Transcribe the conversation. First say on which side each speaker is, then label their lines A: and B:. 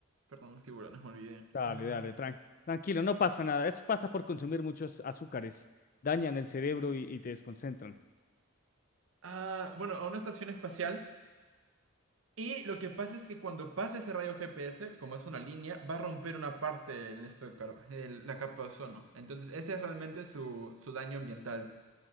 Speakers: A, on the right; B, on the left.
A: Perdón, tiburones, me olvidé.
B: Dale,
A: Ah,
B: dale, tran- tranquilo, no pasa nada. Eso pasa por consumir muchos azúcares, dañan el cerebro y y te desconcentran.
A: ah, bueno, a una estación espacial. Y lo que pasa es que cuando pasa ese rayo GPS, como es una línea, va a romper una parte del esto de car- el- la capa de ozono. Entonces, ese es realmente su, su daño ambiental.